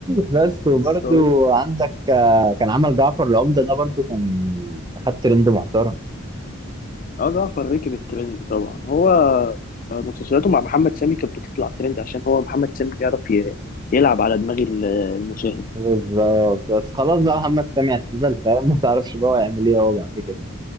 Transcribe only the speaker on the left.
<laughs>
اه جعفر ركب الترند طبعا هو مسلسلاته مع محمد سامي كانت بتطلع ترند عشان هو محمد سامي بيعرف ي- يلعب على دماغ ال- المشاهد